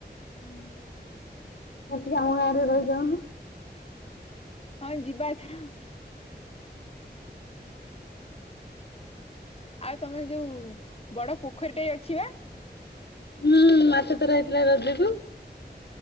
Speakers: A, on the left; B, on the left.
A: ଆସିକି ଆମ ଗାଁରେ ରହିଯାଉନୁ।
B: ହଁ ଯିବା ଏଥର ଆଉ। ଆଉ ତମର ଯୋଉ ବଡ଼ ପୋଖରୀ ଟାଏ ଅଛି ବା?
A: ହୁଁ ମାଛ ତ ରହିଥିଲା ରଜକୁୁ।